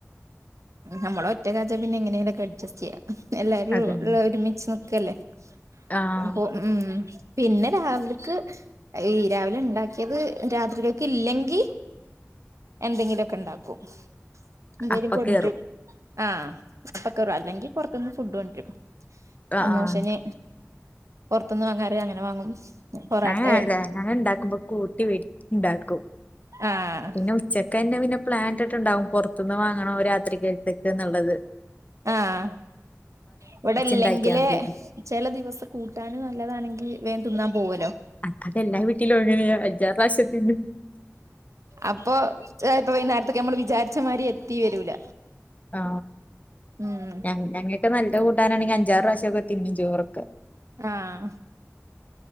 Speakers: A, on the right; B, on the left.
A: നമ്മള ഒറ്റ കാചാ പിന്നെ എങ്ങനെങ്കലൊക്കെ അഡ്സ്റ്റ് ചെയ്യാം എല്ലാരും
B: അതന്നെ
A: ഉള്ള ഒരുമിച്ച് നക്കല്ലേ
B: ആഹ്
A: അപ്പൊ ഉം പിന്നെ രാവിലക്ക് ഈ രാവിലെ ഉണ്ടാക്കിയത് രാത്രിരിക്കൊക്കെ ഇല്ലെങ്കിൽ എന്തെങ്കിലുമൊക്കെ ഉണ്ടാക്കും എന്തേലും
B: അപ്പ
A: കൊണ്ടട്ട്
B: കേറും
A: ആ് അപ്പക്കറോ അല്ലെങ്കിൽ പുറത്തുനിന്ന് ഫുഡ് കൊണ്ടരും
B: ആഹ്
A: അമോശന്
B: ആഹ്
A: പുൊറത്തന്ന് വാങ്ങാറിയ അങ്ങനെ വാങ്ങും പൊറാട്ടെ
B: ഞങ്ങല്ല ഞങ്ങ ഇണ്ടാക്കുമ്പോ കൂട്ടി വ ഇണ്ടാക്കും
A: ആഹ്
B: പിന്നെ ഉച്ചക്കന്നെ പിന്നെ പ്ലാന് ണ്ടാാവും പുറത്തുന്ന് വാങ്ങണോ രാത്രികൽത്ത്ക്ക് ന്നുള്ളത്
A: ആഹ ഇവിടെല്ലെങ്കിലില്
B: ഇണ്ടാക്കിയാ മതിയല്ലോ
A: ചില ദിവസം കൂട്ടാന് നല്ലതാണെങ്കിൽ വേൻ തിന്നാ പോുവുല്ലോ
B: അതത എല്ലാ വീട്ടിലും എങ്ങനെയ അഞ്ചാറ് പ്രാവശ്യത്തിന്
A: അപ്പൊ വഴിനേേരത്തൊക്ക് നമ്മൾ വിചാരിച്ച മാതിരി എത്തി വരൂല
B: ആ...
A: ഉം
B: ആഹഞ ഞങ്ങൾക്ക് നല്ല കൂട്ടാനാണെങ്കിൽ അഞ്ചാറ് പ്രാവശ്യൊക്കെ തിന്നും ചോറൊക്കെ
A: ആഹ